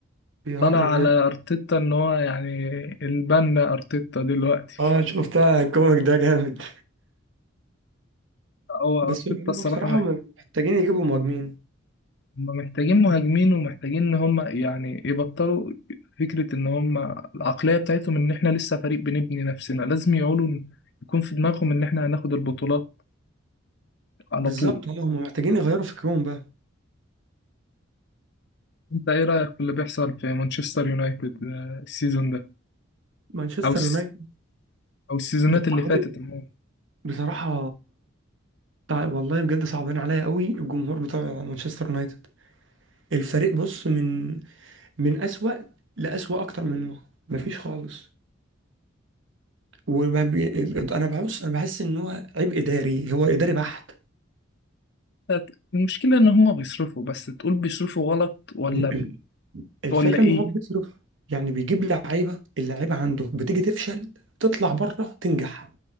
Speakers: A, on the right (about 65°); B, on the left (about 55°).
A: بيهرج
B: طلع
A: يعني
B: على ارتيتا ان هو يعني البنا ارتيتا دلوقتي
A: اه شفتها الكوميك ده جامد
B: هو
A: بس
B: ارتيتا
A: هم
B: الصراحه
A: بصراحه
B: مح-
A: محتاجين يجيبوا مهاجمين
B: هما محتاجين مهاجمين ومحتاجين ان هم يعني يبطلوا فكره ان هم العقليه بتاعتهم ان احنا لسه فريق بنبني نفسنا لازم يقولوا إن- يكون في دماغهم ان احنا هناخد البطولات على
A: بالظبط
B: طول
A: اه هم محتاجين يغيروا فكرهم بقى
B: انت ايه رايك في اللي بيحصل في مانشستر يونايتد آه، السيزون ده
A: مانشستر
B: او الس-
A: يونايتد
B: او السيزونات
A: لو خدت
B: اللي فاتت عموما
A: بصراحه تع- والله بجد صعبان عليا قوي الجمهور بتاع مانشستر يونايتد الفريق بص من من اسوأ لأسوأ اكتر منه مفيش خالص وما بي... ال- انا بحس انا بحس ان هو عبء اداري هو اداري بحت
B: فات- المشكله ان هم بيصرفوا بس تقول بيصرفوا غلط ولا
A: ال- الفكره
B: ولا ايه
A: ان هو بيصرف يعني بيجيب لعيبه اللعيبه عنده بتيجي تفشل تطلع بره تنجح